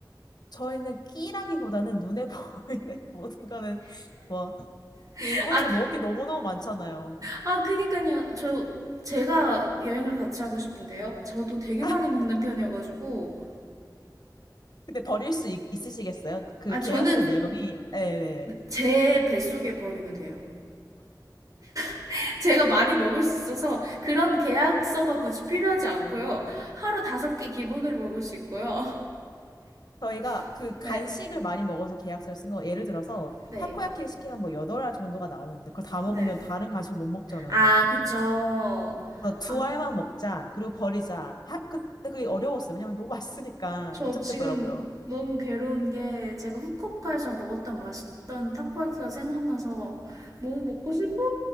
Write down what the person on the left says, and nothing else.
저희는 끼라기보다는 눈에 <laughs> 보이는 모든 거는 뭐
그 일본에는
먹을 게 너무너무 많잖아요.
<laughs>
근데 버릴 수 있, 있으시겠어요? 그
계약서의
내용이 네네네.
저희가
그
간식을 많이 먹어서 계약서를 쓴 거, 예를 들어서
타코야키를 시키면 뭐 8알 정도가 나오는데 그걸 다 먹으면
다른 간식을 못 먹잖아요.
그래서 두
알만 먹자, 그리고 버리자. 하, 근데 그게 어려웠어요. 왜냐면 너무 맛있으니까
못 참겠더라고요.